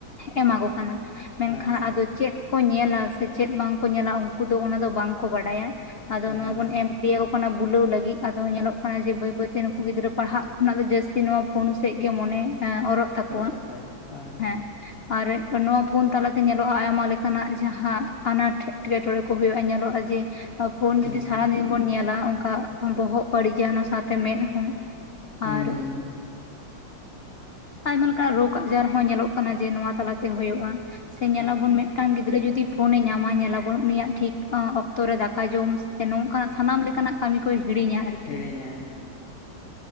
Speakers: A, on the left; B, on the left.
A: ᱮᱢᱟ ᱠᱚ ᱠᱟᱱᱟ ᱢᱮᱱᱠᱷᱟᱱ
B: ᱦᱮᱸ
A: ᱟᱫᱚ ᱪᱮᱫ ᱠᱚ ᱧᱮᱞᱟ ᱥᱮ ᱪᱮᱫ ᱵᱟᱝᱠᱚ ᱧᱮᱞᱟ ᱩᱱᱠᱩ ᱫᱚ ᱚᱱᱟ ᱫᱚ ᱵᱟᱝᱠᱩ ᱵᱟᱰᱟᱭᱟ, ᱟᱫᱚ
B: ᱦᱮᱸ
A: ᱱᱚᱣᱟ ᱵᱩᱱ ᱮᱢ ᱤᱫᱤᱭᱟᱠᱚ ᱠᱟᱱᱟ ᱵᱩᱞᱟᱹᱣ ᱞᱟᱹᱜᱤᱫ ᱟᱫᱚ ᱧᱮᱞᱚᱜ ᱠᱟᱱᱟ ᱡᱮ ᱵᱟᱹᱭ ᱵᱟᱹᱭᱛᱮ ᱱᱩᱠᱩ ᱜᱤᱫᱽᱨᱟᱹ ᱯᱟᱲᱦᱟᱜ ᱠᱷᱚᱱᱟᱜ ᱫᱚ ᱡᱟᱹᱥᱛᱤ ᱱᱚᱶᱟ ᱯᱷᱳᱱ ᱥᱮᱫ ᱜᱮ ᱢᱚᱱᱮ ᱚᱨᱚᱜ ᱛᱟᱠᱚᱣᱟ
B: ᱛᱟᱠᱚᱣᱟᱭ ᱦᱳᱭ
A: ᱦᱮᱸ᱾ ᱟᱨ ᱱᱚᱣᱟ ᱯᱷᱳᱱ ᱛᱟᱞᱟᱛᱮ ᱧᱮᱞᱚᱜᱼᱟ ᱟᱭᱢᱟ ᱞᱮᱠᱟᱱᱟᱜ ᱡᱟᱦᱟᱸ ᱟᱱᱟᱴ ᱮᱴᱠᱮ ᱠᱚ ᱦᱳᱭᱳᱜ ᱟ ᱧᱮᱞᱚᱜᱼᱟ ᱡᱮ ᱡᱮ ᱯᱷᱳᱱ
B: ᱦᱮᱸ
A: ᱡᱩᱫᱤ ᱥᱟᱨᱟᱫᱤᱱ ᱵᱚᱱ ᱧᱮᱞᱟ ᱚᱱᱠᱟ ᱵᱚᱦᱚᱜ ᱵᱟᱹᱲᱤᱡᱟ ᱚᱱᱟ ᱥᱟᱶᱛᱮ ᱢᱮᱸᱫ ᱦᱚ᱾
B: ᱦᱮᱸ
A: ᱟᱨ ᱟᱭᱢᱟ ᱞᱮᱠᱟᱱᱟᱜ ᱨᱳᱜᱽ ᱟᱡᱟᱨ ᱦᱚᱸ ᱧᱮᱞᱚᱜ ᱠᱟᱱᱟ ᱡᱮ ᱱᱚᱣᱟ ᱛᱟᱞᱟᱛᱮ ᱦᱩᱭᱩᱜ᱾ ᱥᱮ ᱧᱮᱞᱟᱵᱚᱱ
B: ᱦᱮᱸ
A: ᱢᱤᱫᱴᱟᱝ ᱜᱤᱫᱽᱨᱟᱹ ᱡᱩᱫᱤ ᱯᱷᱳᱱᱮ ᱧᱟᱢᱟᱭ ᱧᱮᱞᱟᱵᱚᱱ ᱩᱱᱤᱭᱟᱜ ᱴᱷᱤᱠ ᱚᱠᱛᱚ ᱚᱠᱛᱚ ᱨᱮ ᱫᱟᱠᱟ ᱡᱚᱢ ᱥᱮ ᱱᱚᱝᱠᱟᱱᱟᱜ ᱥᱟᱱᱟᱢ ᱞᱮᱠᱟᱱᱟᱜ ᱠᱟᱹᱢᱤ ᱠᱚᱭ ᱦᱤᱲᱤᱧᱟ ᱟᱨᱠᱤ᱾
B: ᱦᱤᱲᱤᱧᱟᱭ ᱦᱳᱭ